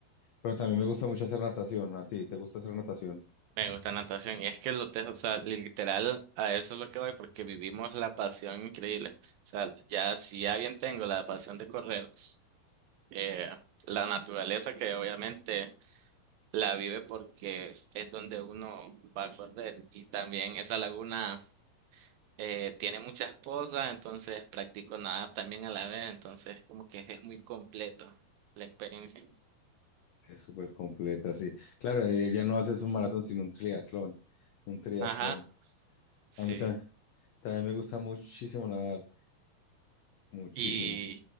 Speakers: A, on the left; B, on the right.
A: Pero también me gusta mucho hacer natación. ¿A ti te gusta hacer natación?
B: Me gusta la natación. Y es que lo te, o sea, literal, a eso es lo que voy, porque vivimos la pasión increíble. O sea, ya si ya bien tengo la pasión de correr, eh, la naturaleza que obviamente la vive porque es donde uno va a correr. Y también esa laguna. eh, tiene muchas cosas, entonces practico nadar también a la vez, entonces como que es muy completo la experiencia.
A: Es súper completa, sí. Claro, eh, ya no haces un maratón, sino un triatlón. Un triatlón.
B: Ajá, sí.
A: A mí ta- también, me gusta muchísimo nadar, muchísimo.
B: ¿Y